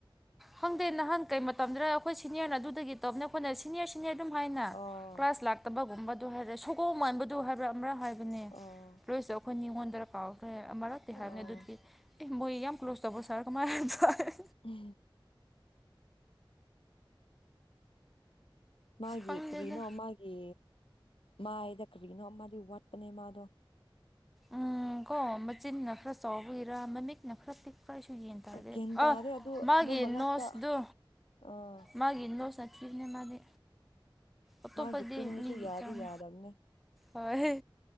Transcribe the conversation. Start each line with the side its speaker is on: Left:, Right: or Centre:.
Centre: ꯈꯪꯗꯦ ꯅꯍꯥꯟ ꯀꯩ ꯃꯇꯝꯗꯔꯥ ꯑꯩꯈꯣꯏ ꯁꯤꯅꯤꯌꯔꯅ ꯑꯗꯨꯗꯒꯤ ꯇꯧꯕꯅꯦ ꯑꯩꯈꯣꯏꯅ ꯁꯤꯅꯤꯌꯔ ꯁꯤꯅꯤꯌꯔ ꯑꯗꯨꯝ ꯍꯥꯏꯅ
Left: ꯑꯥ
Centre: ꯀ꯭ꯂꯥꯁ ꯂꯥꯛꯇꯕꯒꯨꯝꯕꯗꯨ <unintelligible> ꯃꯥꯟꯕꯗꯨ ꯍꯥꯏꯕ꯭ꯔꯥ ꯑꯃꯨꯔꯛ ꯍꯥꯏꯕ ꯑꯗꯨꯅꯦ
Left: ꯑꯥ
Centre: ꯂꯣꯏꯁꯨ ꯑꯩꯈꯣꯏ ꯅꯤꯉꯣꯟꯗꯔꯥ ꯀꯥꯎꯈ꯭ꯔꯦ ꯑꯃꯔꯛꯇꯤ ꯍꯥꯏꯕꯅꯦ
Left: ꯑꯥ
Centre: ꯑꯗꯨꯗꯤ ꯑꯦ ꯃꯣꯏ ꯌꯥꯝ ꯀ꯭ꯂꯣꯖ ꯇꯧꯕ ꯁꯥꯔ ꯀꯃꯥꯏ ꯍꯥꯏꯇꯥꯔꯦ
Left: <unintelligible> ꯃꯥꯒꯤ
Centre: ꯈꯪꯗꯦꯗ
Left: ꯀꯔꯤꯅꯣ ꯃꯥꯒꯤ ꯃꯥꯏꯗ ꯀꯔꯤꯅꯣ ꯑꯃꯗꯤ ꯋꯥꯠꯄꯅꯦ ꯃꯥꯗꯣ
Centre: ꯎꯝ ꯀꯣ ꯃꯆꯤꯟꯅ ꯈꯔ ꯆꯥꯎꯕꯒꯤꯔꯥ ꯃꯃꯤꯠꯅ ꯈꯔ ꯄꯤꯛꯄ꯭ꯔꯥ ꯑꯩꯁꯨ ꯌꯦꯡ <unintelligible>
Left: ꯒ꯭ꯌꯥꯟ ꯇꯥꯗꯦ
Centre: ꯑꯣ
Left: ꯑꯗꯨ
Centre: ꯃꯥꯒꯤ
Left: ꯑꯗꯨ ꯃꯅꯥꯛꯇ
Centre: ꯅꯣꯁꯗꯨ
Left: ꯑꯥ
Centre: ꯃꯥꯒꯤ ꯅꯣꯁꯅꯥ ꯊꯤꯕꯅꯦ ꯃꯥꯗꯤ ꯑꯇꯣꯞꯄꯗꯤ
Left: ꯃꯥꯒꯤ ꯆꯤꯟꯁꯨ
Centre: ꯃꯤꯒꯤ
Left: ꯌꯥꯗꯤ
Centre: ꯆꯥꯡ
Left: ꯌꯥꯗꯕꯅꯦ
Centre: ꯍꯣꯏ